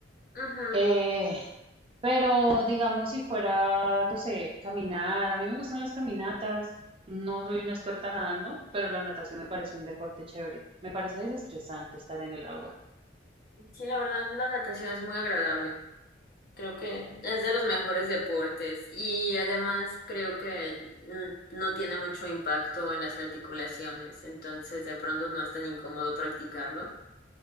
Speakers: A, on the left; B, on the right.
A: Ujú.
B: Eh, Pero digamos, si fuera, no sé, caminar, a mí me gustan las caminatas, no soy una experta nadando, pero la natación me parece un deporte chévere, me parece desestresante estar en el agua,
A: Sí, la verdad, la natación es muy agradable. Creo que es de los mejores deportes y además creo que mm, no tiene mucho impacto en las articulaciones, entonces de pronto no es tan incómodo practicarlo.